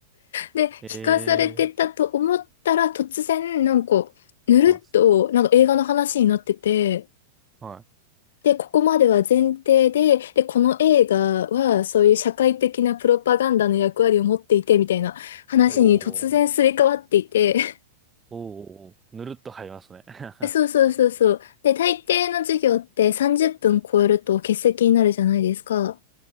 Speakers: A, on the left; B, on the right.
A: で、
B: <laughs>
A: 聞かされてたと思ったら、
B: ええ
A: 突然、なんか、ぬるっと、
B: ー、はい。
A: なんか映画の話になってて、
B: はい。
A: で、ここまでは前提で、で、この映画は、そういう社会的なプロパガンダの役割を持っていて、みたいな話に突然すり替わっていて、
B: おー、
A: <laughs>
B: おー、おーぬるっと入りますね。<laughs>
A: えそうそうそうそう。で、大抵の授業って30分超えると欠席になるじゃないですか。